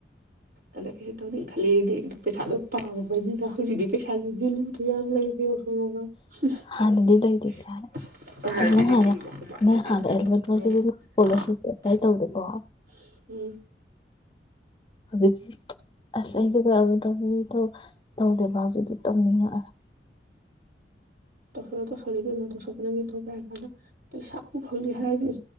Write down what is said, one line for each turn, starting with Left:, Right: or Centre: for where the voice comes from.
Right: ꯑꯗ ꯑꯩꯁꯨꯦ ꯇꯧꯅꯤ ꯈꯜꯂꯗꯤ ꯑꯗꯨ ꯄꯩꯁꯥꯗꯣ ꯄꯥꯝꯃꯕꯅꯤꯅ ꯍꯧꯖꯤꯛꯇꯤ ꯄꯩꯁꯥꯒꯤ ꯚꯦꯂꯨꯗ ꯌꯥꯝ ꯂꯩꯇꯦ ꯋꯥꯈꯪ <unintelligible>
Left: ꯍꯥꯟꯅꯗꯤ ꯂꯩꯇꯦ ꯀꯥꯏ ꯑꯦ ꯅꯪ ꯍꯥꯟꯅ ꯅꯪ ꯍꯥꯟꯅ ꯑꯦꯂꯚꯦꯟ ꯇꯨꯋꯦꯜꯞꯇꯗꯤ ꯅꯪ ꯏꯁꯀꯣꯂꯔꯁꯤꯞꯇꯤ ꯑꯦꯄ꯭ꯂꯥꯏ ꯇꯧꯗꯦꯀꯣ
Right: ꯎꯝ
Left: ꯍꯧꯖꯤꯛꯇꯤ ꯑꯁ <inaudible> ꯇꯧꯗꯦꯕ ꯍꯧꯖꯤꯛꯇꯤ ꯇꯧꯅꯤꯡꯉꯛꯑꯦ
Right: ꯇꯩꯁꯜꯂꯨ ꯇꯧꯁꯣꯂꯨ ꯏꯕꯦꯝꯃ ꯇꯣ ꯄꯥꯅꯥ ꯄꯅꯥ ꯃꯤ ꯇꯧ ꯄ ꯍꯥꯏꯔ ꯀꯥꯟꯗ ꯄꯩꯁꯥꯕꯨ ꯐꯪꯅꯦ ꯍꯥꯏꯔꯗꯤꯅꯦ